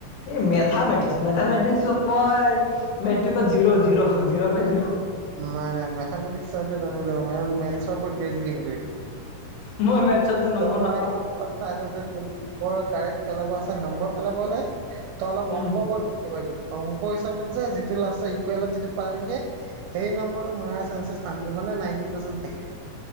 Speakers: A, on the left; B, on the right.
A: এই মেথা মে মেথামেটিক্সত মই মেট্ৰিকত জিৰ', জিৰ', জিৰ' পাইছিলো।
B: নাই নাই মেথামেটিক্স তই জানিব লাগিব মেথছৰ ওপৰত বেষ্ট গেমটো এইটো।
A: মই মেথছত যে নম্বৰ
B: ত মানে
A: নাপাওঁ
B: <unintelligible> কাৰেক্ট পেলাব আছে নম্বৰ পেলাব হ'লে তই অলপ
A: উম
B: অংক কৰিব লাগিব সেইটোত, অংক হিচাপত যে যিটো লাষ্ট ইকুৱেলত যিটো পাৰি দে সেই নম্বৰটো মাৰ চানেছ হানড্ৰেড মানে নাইনটি পাৰ্চেণ্ট থাকে।